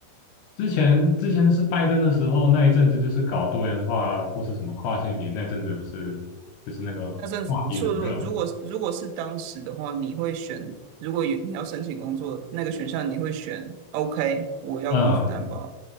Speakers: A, on the left; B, on the right.
A: 之前之前是拜登的时候那一阵子就是搞多元化或是什么跨性别那阵子不是就是那个话题很热嘛，
B: 那甚至说，如果如果如果是当时的话，你会选，如果有你要申请工作那个选项，你会选 OK，我要雇主担保，
A: 嗯，